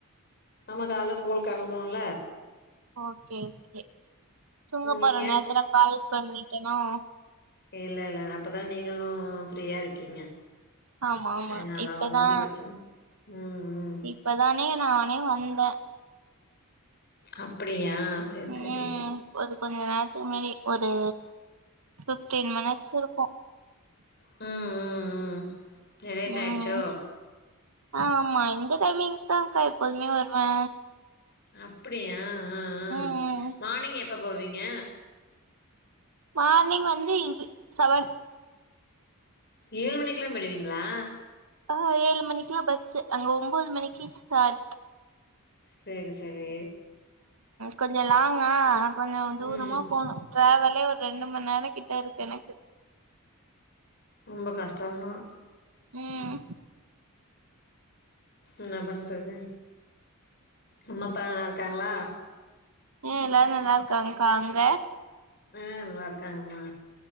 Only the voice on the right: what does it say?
ஓக்கே ஓக்கே தூங்க
போற நேர்த்துல கால் பண்ணிட்டனோ
ஆமா ஆமா
இப்பதா
இப்பதானே நானே வந்தே
ம்
ஒது கொஞ்ச நேரத்துக்கு முன்னாடி ஒரு ஃபிப்டீன் மினிட்ஸ் இருக்கு
ம் ஆமா இந்த டைமிங்க்கு தாங்க்கா எப்போத்மே வருவே
ம் ம்
மார்னிங் வந்து இது செவன்
ஆ ஏழு மணிக்குலா பஸ்ஸு அங்க ஒம்போது மணிக்கு ஸ்டாட்
கொஞ்ச லாங்கா கொஞ்சோ
தூரமா போணு ட்ராவலே ஒரு ரெண்டு மண்நேரோ கிட்ட இருக்கு எனக்கு
ம்
ம் எல்லாரு நல்லா இருக்காங்கக்கா அங்க